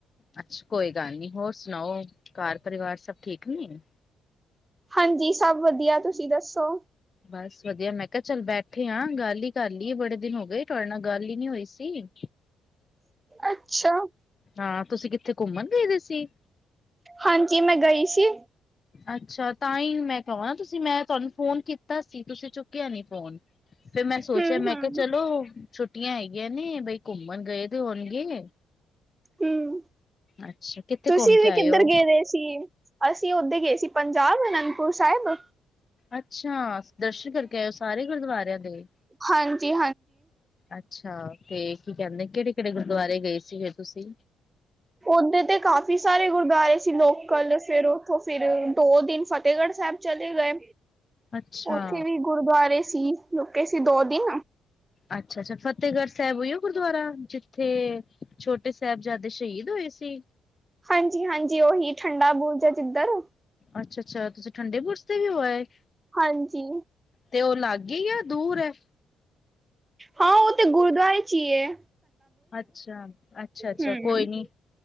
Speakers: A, on the left; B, on the right.
A: ਅੱਛਾ, ਕੋਈ ਗੱਲ ਨੀ ਹੋਰ ਸੁਣਾਓ ਘਰ ਪਰਿਵਾਰ ਸਭ ਠੀਕ ਨੇ?
B: ਹਾਂਜੀ ਸਭ ਵਧੀਆ, ਤੁਸੀਂ ਦੱਸੋ?
A: ਬਸ ਵਧੀਆ ਮੈਂ ਕਿਹਾ ਚੱਲ ਬੈਠੇ ਆ ਗੱਲ ਹੀ ਕਰ ਲੀਏ ਬੜੇ ਦਿਨ ਹੋਗੇ ਤੁਹਾਡੇ ਨਾਲ ਗੱਲ ਹੀ ਨੀ ਹੋਈ ਸੀ।
B: ਅੱਛਾ
A: ਹਾਂ ਤੁਸੀਂ ਕਿੱਥੇ ਘੁੰਮਣ ਗਏ ਦੇ ਸੀ?
B: ਹਾਂਜੀ ਮੈਂ ਗਈ ਸੀ।
A: ਅੱਛਾ! ਤਾਂ ਹੀ ਮੈਂ ਕਵਾ ਤੁਸੀਂ ਮੈਂ ਤੁਹਾਨੂੰ ਫੋਨ ਕੀਤਾ ਸੀ ਤੁਸੀਂ ਚੁੱਕਿਆ ਨੀ ਫੋਨ। ਫਿਰ ਮੈਂ ਸੋਚਿਆ
B: ਹਮ
A: ਮੈਂ
B: ਹਮ
A: ਕਿਹਾ ਚਲੋ ਛੁੱਟੀਆਂ ਹੈਗੀਆਂ ਨੇ ਬਈ ਘੁੰਮਣ ਗਏ ਦੇ ਹੋਣਗੇ।
B: ਹਮ
A: ਅੱਛਾ ਕਿੱਥੇ
B: ਤੁਸੀਂ
A: ਘੁੰਮ ਕੇ
B: ਵੀ
A: ਆਏ
B: ਕਿੱਧਰ
A: ਔ?
B: ਗਏ ਦੇ ਸੀ ਅਸੀਂ ਉਦੇ ਗਏ ਸੀ ਪੰਜਾਬ ਅਨੰਦਪੁਰ ਸਾਹੇਬ।
A: ਅੱਛਾ ਦਰਸ਼ਨ ਕਰਕੇ ਆਏ ਔ ਸਾਰੇ ਗੁਰਦਵਾਰਿਆਂ ਦੇ।
B: ਹਾਂਜੀ
A: ਅੱਛਾ ਤੇ ਕੀ ਕਹਿੰਦੇ ਕਿਹੜੇ-ਕਿਹੜੇ ਗੁਰਦੁਆਰੇ ਗਏ ਸੀਗੇ ਤੁਸੀਂ?
B: ਉਦੇ ਤੇ ਕਾਫ਼ੀ ਸਾਰੇ ਗੁਰਦੁਆਰੇ ਸੀ ਲੋਕਲ ਫਿਰ ਉੱਥੋਂ ਫਿਰ ਦੋ ਦਿਨ ਫਤਿਹਗੜ੍ਹ ਸਾਹਿਬ ਚਲੇ ਗਏ
A: ਅੱਛਾ।
B: ਉੱਥੇ ਵੀ ਗੁਰਦੁਆਰੇ ਸੀ ਰੁਕੇ ਸੀ ਦੋ ਦਿਨ
A: ਅੱਛਾ-ਅੱਛਾ ਫਤਿਹਗੜ੍ਹ ਸਾਹਿਬ ਉਹੀ ਔ ਗੁਰਦੁਆਰਾ ਜਿੱਥੇ ਛੋਟੇ ਸਾਹਿਬਜ਼ਾਦੇ ਸ਼ਹੀਦ ਹੋਏ ਸੀ।
B: ਹਾਂਜੀ, ਹਾਂਜੀ ਉਹੀ ਠੰਡਾ ਬੁਰਜ ਏ ਜਿਧਰ
A: ਅੱਛਾ, ਅੱਛਾ ਤੁਸੀਂ ਠੰਡੇ ਬੁਰਜ ਤੇ ਵੀ ਹੋ ਆਏ
B: ਹਾਂਜੀ।
A: ਤੇ ਉਹ ਲਾਗੇ ਹੀ ਆ ਦੂਰ ਐ।
B: ਹਾਂ ਉਹ ਤੇ ਗੁਰੂਦਵਾਰੇ ਚ ਹੀ ਐ।
A: ਅੱਛਾ, ਅੱਛਾ, ਅੱਛਾ
B: ਹੂੰ।
A: ਕੋਈ ਨੀ